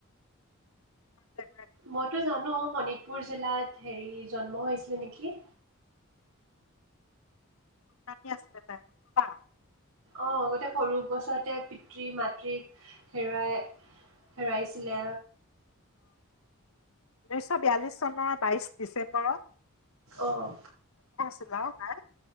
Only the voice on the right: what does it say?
মইতো জানো শোণিতপুৰ জিলাত হেৰি জন্ম হৈছিলে নেকি?
অ আগতে সৰু বছৰতে পিতৃ মাতৃক হেৰুৱাই হেৰুৱাইছিলে
অহ